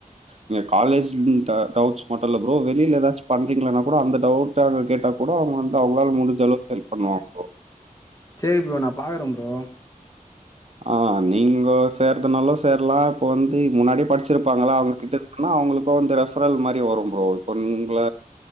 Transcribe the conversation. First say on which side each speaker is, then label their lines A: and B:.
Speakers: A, on the right; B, on the left.
A: இங்க காலேஜ் ம் ட் டவுட்ஸ் மட்டு இல்ல ப்ரோ வெளில எதாச்சு பண்றீங்கனா கூட அந்த டவுட் ட்டு அங்க கேட்டா கூட அவ்ங்க வந்து அவ்ங்களால முடிஞ்ச அளவுக்கு ஹெல்ப் பண்ணுவாங்க ப்ரோ
B: சேரி ப்ரோ நா பாக்குறே ப்ரோ
A: ஆ நீங்கோ சேர்றதுனாலு சேர்லா இப்ப வந்து முன்னாடி படிச்சிருப்பாங்களா அவ்ங்கக்கிட்ட பண்ணா அவ்ங்களுக்கு வந்து ரெஃபரல் மாரி வரு ப்ரோ இப்போ உங்ள